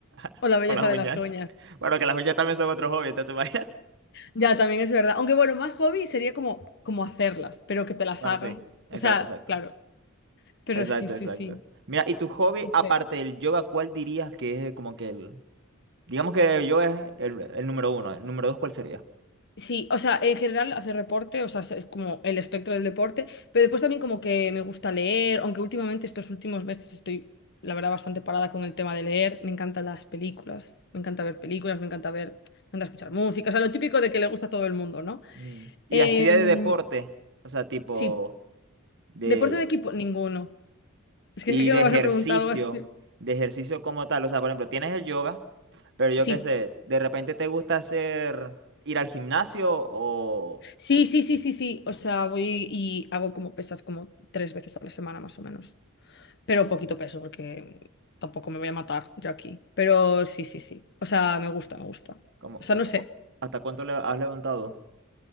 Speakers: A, on the right (about 55°); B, on the left (about 55°).
A: <laughs>
B: o la belleza
A: con las uñas.
B: de las uñas.
A: <laughs> Bueno, que las uñas también son otro hobby, entonces <laughs> imagínate.
B: Ya, también es verdad. Aunque bueno, más hobby sería como, como hacerlas, pero que te las
A: Bueno,
B: hagan.
A: sí. Exacto,
B: O sea,
A: exacto.
B: claro, pero
A: Exacto,
B: sí, sí,
A: exacto.
B: sí.
A: Mira, ¿y tu hobby
B: Ve.
A: aparte del yoga, cuál dirías que es como que el... Digamos que el yoga es el, el número uno. ¿El número dos cuál sería?
B: Sí, o sea, en general hacer deporte, o sea, es como el espectro del deporte, pero después también como que me gusta leer, aunque últimamente estos últimos meses estoy, la verdad, bastante parada con el tema de leer. Me encantan las películas, me encanta ver películas, me encanta ver, me encanta escuchar música, o sea, lo típico de que le gusta a todo el mundo, ¿no?
A: Mm. Y
B: Em,
A: así de deporte. O sea, tipo...
B: sí,
A: De,
B: deporte de equipo, ninguno. Es
A: y
B: que sé que
A: de
B: me
A: ejercicio,
B: vas a preguntar algo así.
A: de ejercicio como tal. O sea, por ejemplo, tienes el yoga, pero yo
B: Sí,
A: qué sé, de repente te gusta hacer, ir al gimnasio o
B: sí, sí, sí, sí, sí, o sea, voy y hago como pesas como tres veces a la semana más o menos. pero poquito peso porque tampoco me voy a matar yo aquí. Pero sí, sí, sí. O sea, me gusta, me gusta.
A: como,
B: O sea,
A: como,
B: no sé,
A: cu- ¿hasta cuánto le has levantado?